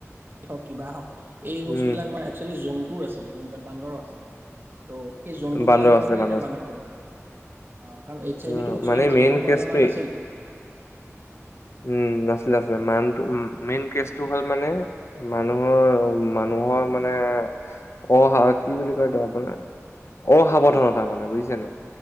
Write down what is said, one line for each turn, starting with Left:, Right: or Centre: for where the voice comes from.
Right: হওক কিবা হওক এই বস্তুবিলাক
Left: উম
Right: আমাৰ একচুৱেলি জন্তুৰ আছিলে গম পায় বান্দৰৰ আছিলে ত' সেই জন্তু
Left: বান্দৰ
Right: বিলাকৰ
Left: আছিলে
Right: পৰাই
Left: বান্দৰ
Right: এতিয়া মানুহ হব অ কাৰণ এইচ
Left: আছিলে
Right: আই ভ
Left: অ
Right: টো একচুৱেলি
Left: মানে
Right: মানুহৰ
Left: মেইন
Right: হোৱা
Left: কেচটোৱে
Right: বেমাৰ নাছিল
Left: উম নছিলে আছিলে মান উ মেইন ভাল মানে মানুহৰ মানুহৰ মানে অহা কি বুলি কো আপোনাৰ অসাৱধানতা মানে বুজিছে নে